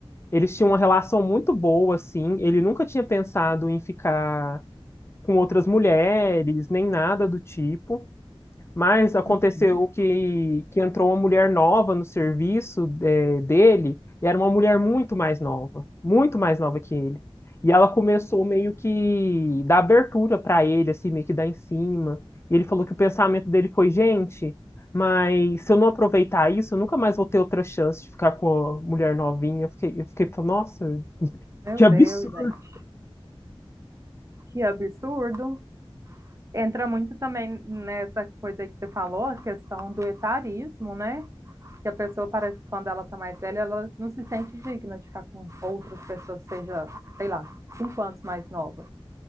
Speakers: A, on the left (about 25°); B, on the right (about 30°).
A: Eles tinham uma relação muito boa, assim. Ele nunca tinha pensado em ficar com outras mulheres, nem nada do tipo. Mas aconteceu
B: Uhum.
A: que, que entrou uma mulher nova no serviço eh, dele, e era uma mulher muito mais nova, muito mais nova que ele. E ela começou meio que dar abertura para ele, assim, meio que dar em cima. E ele falou que o pensamento dele foi, gente, mas se eu não aproveitar isso, eu nunca mais vou ter outra chance de ficar com a mulher novinha. Eu fiquei, eu fiquei falando, nossa,
B: Meu
A: que absurdo.
B: Deus, gente, que absurdo. Entra muito também nessa coisa que você falou, a questão do etarismo, né? Que a pessoa parece que quando ela tá mais velha, ela não se sente digna de ficar com outras pessoas, seja, sei lá, cinco anos mais nova.